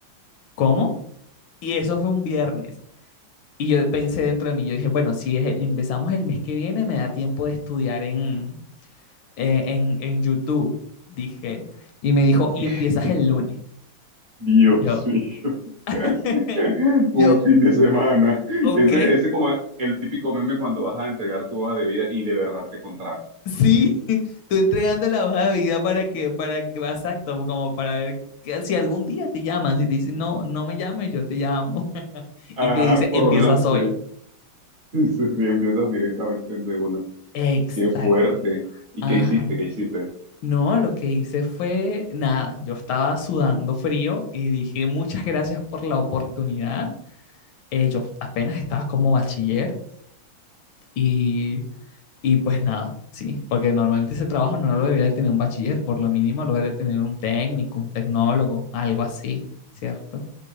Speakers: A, on the left (about 75°); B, on the right (about 60°).
A: ¿cómo? Y eso fue un viernes. Y yo pensé dentro de mí, yo dije, bueno, si empezamos el mes que viene, me da tiempo de estudiar en, eh, en, en YouTube, dije. Y me dijo, y
B: <laughs>
A: empiezas el lunes.
B: Dios
A: Y Yo,
B: mío. <laughs>
A: <laughs>
B: Un
A: yo,
B: fin de semana.
A: ok,
B: Ese ese como el típico meme cuando vas a entregar tu hoja de vida y de verdad te contratan.
A: sí, <laughs> tú entregando la hoja de vida para que, para que, exacto, como para ver que si algún día te llaman, si te dicen, no, no me llames, yo te llamo. <laughs> Y
B: Ajá,
A: te dice,
B: por
A: empiezas
B: lo menos
A: hoy.
B: sí. Sí, sí, sí, empiezas directamente de uno.
A: Exacto.
B: Qué fuerte. ¿Y
A: Ajá.
B: qué hiciste? ¿Qué hiciste?
A: No, lo que hice fue nada. Yo estaba sudando frío y dije muchas gracias por la oportunidad. Eh, yo apenas estaba como bachiller y Y pues nada, sí, porque normalmente ese trabajo no lo debería tener un bachiller, por lo mínimo lo debería tener un técnico, un tecnólogo, algo así, ¿cierto?